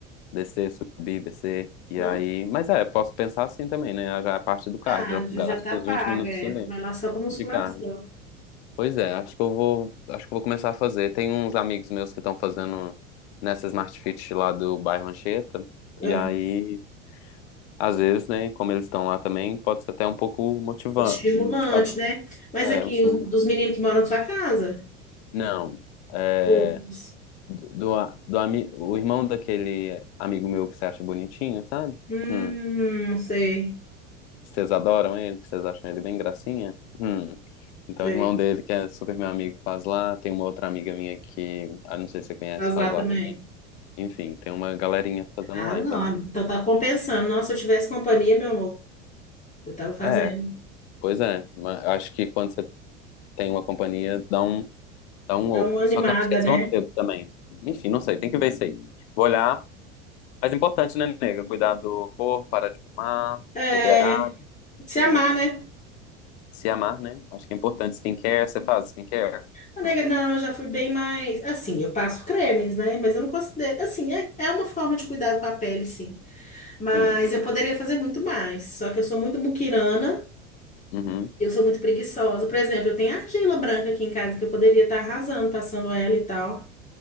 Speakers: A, on the left (about 60°); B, on the left (about 20°).
A: descer, subir, descer. E
B: Não,
A: aí, mas é, posso pensar assim também, né? Já é a parte do cardio,
B: cardio,
A: já gasto
B: já tá paga,
A: uns 20 minutos
B: é.
A: ali
B: Vai lá só pra musculação.
A: de cardio. Pois é, acho que eu vou, acho que eu vou começar a fazer. Tem uns amigos meus que estão fazendo nessa Smart Fit lá do bairro Anchieta.
B: Ah,
A: E aí, às vezes, né, como eles estão lá também, pode ser até um pouco motivando
B: estimulante,
A: motivador.
B: né? Mas
A: É,
B: aqui,
A: um estímulo
B: os, dos meninos que moram na sua casa?
A: Não, é,
B: Todos.
A: do, do, a- do ami- o irmão daquele amigo meu que você acha bonitinho, sabe?
B: Hum,
A: Hum,
B: sei,
A: vocês adoram ele, que vocês acham ele bem gracinha? Hum. Então,
B: sei.
A: o irmão dele, que é super meu amigo, faz lá. Tem uma outra amiga minha que, ah, não sei se você conhece,
B: Faz
A: faz
B: lá
A: lá
B: também.
A: também. Enfim, tem uma galerinha fazendo
B: Ah,
A: lá.
B: não.
A: Então,
B: ah, Então tá compensando. Nossa, se eu tivesse companhia, meu amor, eu tava fazendo.
A: é, pois é. Mas eu acho que quando você tem uma companhia, dá um, dá um
B: Dá
A: up.
B: uma animada,
A: Só que eu acho que eles
B: né?
A: vão cedo também. Enfim, não sei, tem que ver isso aí. Vou olhar. Mas é importante, né, nega? Cuidar do corpo, parar de fumar,
B: É,
A: beber água,
B: se
A: hum,
B: amar, né?
A: se amar, né? Acho que é importante. Skincare, você faz skincare?
B: A nega,
A: Hum,
B: não, eu já fui bem mais. Assim, eu passo cremes, né? Mas eu não considero. Assim, é, é uma forma de cuidado com a pele, sim. Mas
A: Sim.
B: eu poderia fazer muito mais. Só que eu sou muito muquirana
A: Uhum.
B: e eu sou muito preguiçosa. Por exemplo, eu tenho argila branca aqui em casa que eu poderia estar arrasando, passando ela e tal.